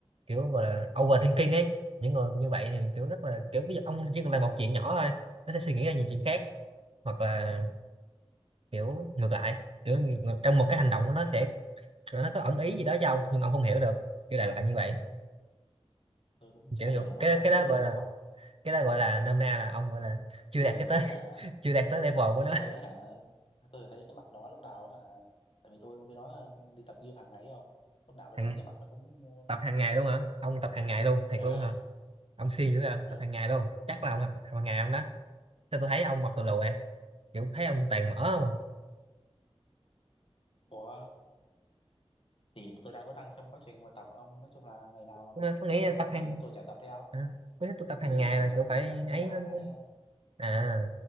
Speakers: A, on the right (about 60°); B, on the left (about 55°).
A: kiểu gọi là overthinking ấy những người như vậy thì kiểu rất là kiểu ví dụ ông chỉ cần làm một chuyện nhỏ thôi nó sẽ suy nghĩ ra nhiều chuyện khác hoặc là kiểu ngược lại kiểu ngược- trong một cái hành động của nó sẽ nó có ẩn ý gì đó cho ông nhưng mà ông không hiểu được kiểu đại loại như vậy
B: Tôi cũng chả
A: kiểu như-
B: hiểu nó
A: cái
B: có hẳn
A: cái
B: ý
A: đó gọi
B: gì hay
A: là
B: không.
A: cái đó gọi là nôm na là ông gọi là chưa
B: Tôi
A: đạt
B: chỉ
A: cái
B: thấy
A: tới
B: hả,
A: <laughs> chưa đạt tới level của
B: tôi
A: nó
B: chỉ thấy hả, tôi chỉ thấy cái mặt nó lúc nào á hả, tại vì tôi với nó đi tập gym hàng ngày ấy không? Lúc nào nó
A: hàng,
B: đến cái mặt nó cũng
A: tập hàng ngày luôn hả ông tập hàng ngày luôn thiệt
B: ừ,
A: luôn hả ông siêng dữ à
B: ừ.
A: tập hàng ngày luôn chắc là ông học tập hàng ngày ông đó sao tôi thấy ông mập tù lù vậy kiểu thấy ông toàn mở không à
B: Ủa thì tôi đang vẫn đang trong quá trình mà tập ông nói chung là ngày nào
A: tôi, tôi nghĩ
B: nó
A: là
B: tập
A: tập hàng
B: thì tôi sẽ tập theo
A: à, tôi, tôi tập
B: thì
A: hàng ngày
B: ý là cũng
A: là
B: gần
A: kiểu phải
B: cũng gần như
A: ấy
B: là hàng
A: lắm
B: ngày
A: chứ
B: ấy ông
A: à